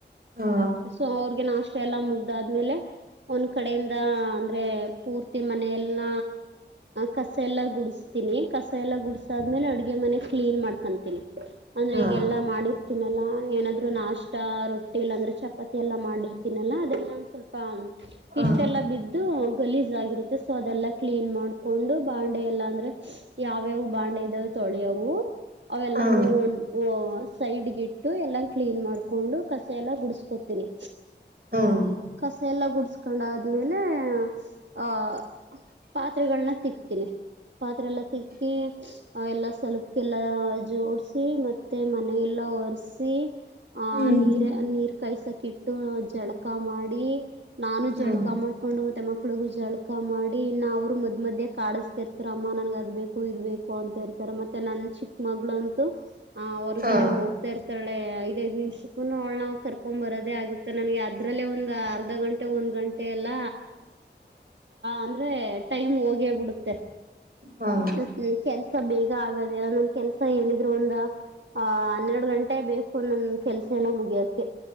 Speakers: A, on the right; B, on the right.
A: ಹಾ
B: ಸೊ ಅವ್ರಿಗೆ ನಾಷ್ಟ ಕೆಲ್ಸ ಎಲ್ಲ ಮುಗ್ದಾದ್ಮೇಲೆ ಒಂದ್ ಕಡೆಯಿಂದ ಅಂದ್ರೆ ಪೂರ್ತಿ ಮನೆಯಲ್ಲ ಕಸ ಎಲ್ಲ ಗುಡಿಸ್ತೀನಿ ಕಸ ಎಲ್ಲ ಗುಡಸಾದ್ಮೇಲೆ ಅಡುಗೆ ಮನೆ ಕ್ಲೀನ್ ಮಾಡ್ಕೊಂತೀನಿ ಅಂದ್ರೆ
A: ಹಾ
B: ಈಗೆಲ್ಲಾ ಮಾಡಿರ್ತೀನಲ್ಲಾ ಏನಾದ್ರು ನಾಷ್ಟಾ ರೊಟ್ಟಿ ಇಲ್ಲಾಂದ್ರೆ ಚಪಾತಿ ಎಲ್ಲ ಮಾಡಿರ್ತೀನಲ್ಲ ಅದೆಲ್ಲ ಒಂದ ಸ್ವಲ್ಪ
A: ಹಾ
B: ಹಿಟ್ಟೆಲ್ಲಾ ಬಿದ್ದು ಗಲೀಜ್ ಆಗಿರುತ್ತೆ ಸೊ ಅದೆಲ್ಲಾ ಕ್ಲೀನ್ ಮಾಡ್ಕೊಂಡು ಬಂಡ ಎಲ್ಲ ಅಂದ್ರೆ ಯಾವ್ಯಾವವು ಬಾಂಡೆ ಇದಾವ ತೊಳೆಯವು ಅವೆಲ್ಲಾನ
A: ಹಾ
B: ಒ ಸೈಡ್ ಗಿ ಎಲ್ಲ ಕ್ಲೀನ್ ಮಾಡ್ಕೊಂಡು ಕಸ ಎಲ್ಲ ಗುಡಸ್ಕೋತೀನಿ
A: ಹಾ ಹಾ
B: ಕಸ ಎಲ್ಲ ಗುಡ್ಸ್ಕೊಂಡ ಆ್ಮೇಲೆ ಆಹ ಪಾತ್ರೆಗಳನ್ನ ತಿಕ್ತೀನಿ ಪಾತ್ರೆ ಎಲ್ಲ ತಿಕ್ಕಿ ಎಲ್ಲಾ ಸಲುಪ ಎಲ್ಲಾ ಜೋಡಸಿ ಮತ್ತೆ ಮನ ಎಲ್ಲ ಒರೆಸಿ ಆಹ
A: ಹ್ಮ್
B: ನೀರ ನೀರ್ ಕಾಯಸಕಿ ಇಟ್ಟು ಜಳಕ ಮಾಡಿ ನಾನು
A: ಹಾ
B: ಜಳ್ಕ ಮಾಡ್ಕೊಂಡು ಮತ್ತೆ ಮಕ್ಳಿಗೂ ಜಳಕ ಮಾಡಿ ಇನ್ನು ಅವರು ಮದ್ ಮಧ್ಯೆ ಕಾಡಿಸತಿರ್ತಾರ ಅಮ್ಮ ನನ್ಗ ಅದ್ ಬೇಕು ಇದ್ ಬೇಕು ಅಂತ ಇರ್ತಾರ ಮತ್ತೆ ನನ್ ಚಿಕ್ಕ ಮಗಲಂತು ಅಂತೂ ಹ ಹೊರ್ಗಡೆ
A: ಹಾ
B: ಹೋಗ್ತಾ ಇರ್ತ ಐದಐದು ನಿಮಿಷಕ್ಕೂ ಒ ಕರ್ಕೊಂಡ್ ಬರೋದೇ ಆಗುತ್ತೆ ನನಗೆ ಅದ್ರಲ್ಲೇ ಒಂದ್ ಅರ್ಧ ಗಂಟೆ ಒಂದ್ ಗಂಟೆ ಗಂೆ ಎಲ್ಲ ಅಂದ್ರೆ ಟೈಮ್ ಹೋಗ ಡುತ್ತೆ
A: ಹಾ
B: ಮತ್ತ ಕೆಲ್ಸ ಬೇಗ ಆಗದಲ್ಲ ನಮ ಕೆಲ್ಸ ಏನ ್ರ ಒಂದ ಆ ಹನ್ನೆರಡು ಗಂಟೆ ಬೇಕು ನಂದ ಕೆಲ್ಸ ಎಲ್ಲ ಮುಗಿಯಕ